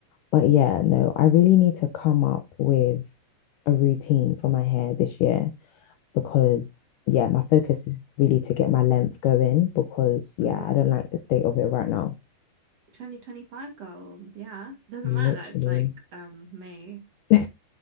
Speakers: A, on the left; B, on the right.
A: But yeah, no, I really need to come up with a routine for my hair this year because, yeah, my focus is really to get my length going because, yeah,
B: Mm-hmm.
A: I don't like the state of it right now.
B: 2025 goals. Yeah. Doesn't
A: Literally.
B: matter that it's like um May.
A: <laughs> I